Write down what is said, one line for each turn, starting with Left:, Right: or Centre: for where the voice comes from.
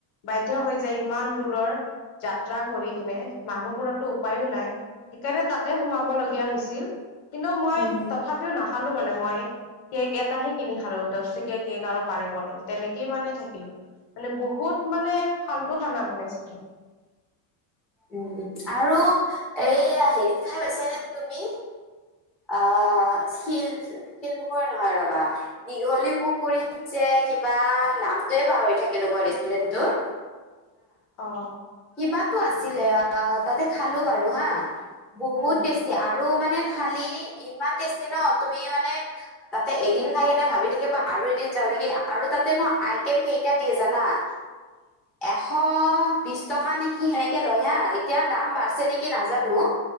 Left: বাধ্য হৈ যায় ইমান দূৰৰ যাত্ৰা কৰি কিনে মানুহবোৰতো উপায়ো নাই সেইকাৰণে তাতে সোমাব লগীয়া হৈছিল। কিন্তু মই
Centre: উম
Left: তথাপিও নাখালো মানে মই কেক এটাহে কিনি খালোঁ দশ টকীয়া কেক, আৰু পানীৰ বটল তেনেকেই মানে থাকিলোঁ। মানে বহুত মানে ফাল্টু খানা বনাইছিলে
Centre: উম উম আৰু এইয়া হেৰিত খাই পাইছানে তুমি আহ অ শিল শিল পুখুৰা নহয় ৰবা দীঘলী পুখুৰীত যে কিবা নামটোৱে পাহৰি থাকিলোঁ মই ৰেষ্টুৰেণ্টটোৰ
Left: অ
Centre: কিবাটো আছিলে তাতে খালো বাৰু হা বহুত
Left: উম
Centre: টে আৰু মানে থালি ইমান টেষ্টি ন তুমি মানে তাতে এদিন খাই কিনে ভাবি থাকিবা আৰু এদিন যাওঁ নেকি আৰু তাতে ন আইটেম কেইটা দিয়ে জানা
Left: <unintelligible>
Centre: এশ বিশ টকা নেকি সেনেক কে লয় হা এতিয়া দাম বাঢ়ছে নেকি নাজানো